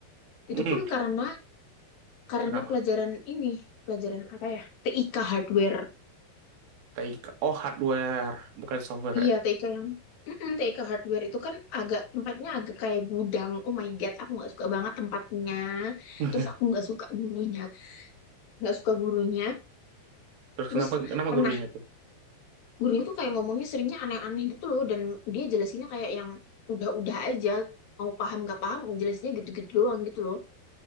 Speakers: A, on the left; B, on the right.
A: Itu
B: Hmm,
A: pun karena karena
B: kenapa
A: pelajaran ini, pelajaran apa ya? TIK hardware.
B: Taika, Oh, hardware, bukan software
A: Iya,
B: ya.
A: TIK yang Mm-mm, TIK hardware itu kan agak tempatnya agak kayak gudang. Oh my God, aku nggak suka banget tempatnya.
B: <laughs>
A: Terus aku nggak suka gurunya, nggak suka gurunya.
B: Terus
A: Terus
B: kenapa kenapa
A: pernah
B: gurunya tuh?
A: gurunya tuh kayak ngomongnya seringnya aneh-aneh gitu loh, dan dia jelasinnya kayak yang udah-udah aja. Mau paham nggak paham, jelasinnya gitu-gitu doang gitu loh